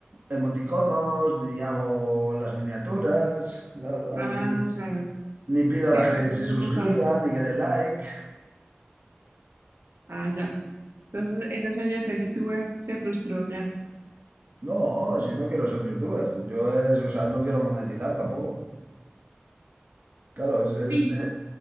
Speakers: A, on the right; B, on the right.
A: emoticonos, ni hago las miniaturas, claro, hago
B: Ah,
A: un poco-
B: claro.
A: ni pido
B: Sí,
A: a la
B: me
A: gente
B: ayuda
A: que se suscriba,
B: un montón.
A: ni que dé like.
B: Ah, ya. Entonces, ese sueño de ser youtuber se frustró ya.
A: No, si no quiero ser youtuber, yo es, o sea, no quiero monetizar tampoco. Claro, es, es,
B: Sí.
A: eh,